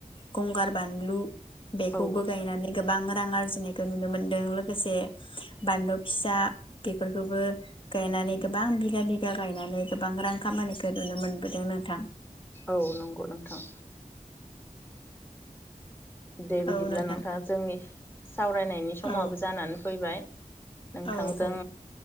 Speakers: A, on the left (about 40°); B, on the left (about 15°).
A: गंगार बानलु। बेखौबो
B: औ
A: गायनानै गोबां रां आरजि। बेखौ नुनो मोन्दों। लोगोसे बान्दो फिसा। बेफोरखौबो गायनानै। गोबां बिगा बिगा गायनानै गोबां रां खामानिखौ नुनो मोनबोदों नोंथां।
B: औ नंगौ नोंथां। दे बिदिब्ला
A: औ नोंथां
B: नोंथाङा जोंनि। सावरायनायनि समाबो
A: औ
B: जानानै फैबाय। नोंथांजों
A: औ औ